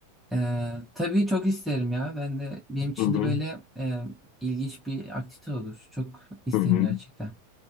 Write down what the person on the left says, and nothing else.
Hı hı.
Hı hı.